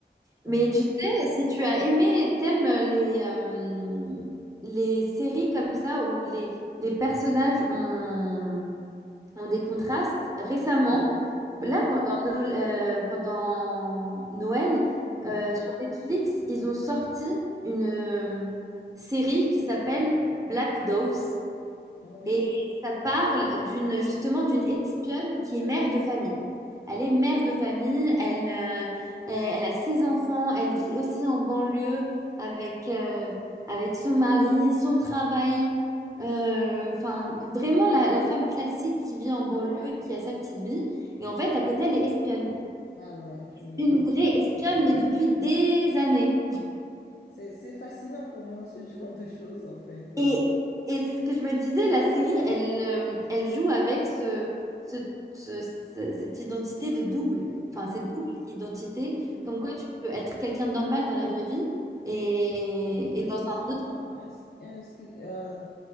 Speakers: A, on the left (about 60°); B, on the right (about 20°).
A: Ah,
B: Mais tu sais, si tu as aimé et t'aimes euh, les, euh, les séries comme ça où les, les personnages ont, ont des contrastes, récemment,
A: mhm,
B: là pendant, Noël, euh, pendant Noël
A: mhm.
B: euh, sur Netflix, ils ont sorti une euh, série qui s'appelle Black Doves.
A: Ah oui?
B: Et ça parle d'une justement d'une espionne qui est mère de famille. Elle est mère de famille, elle, euh, elle, elle a ses enfants, elle vit aussi en banlieue avec, euh, avec son mari, son travail. Euh, Enfin, vraiment la, la femme classique qui vit en banlieue, qui a sa petite vie. Et en fait, à côté, elle est espionne.
A: Ah ouais, je,
B: Une
A: je...
B: vraie espionne, mais depuis des années.
A: C'est c'est fascinant pour moi, ce <laughs> genre de choses, en fait.
B: Et,
A: Euh,
B: et c'est ce que je me disais, la série, elle, euh, elle joue avec ce, ce- ce- ce- cette identité de double,
A: mhm.
B: enfin cette double identité,
A: Oui.
B: comme quoi tu peux être quelqu'un de normal dans la vraie vie et,
A: J'ai complètement
B: et dans un autre...
A: euh, un, sc- un sc- euh,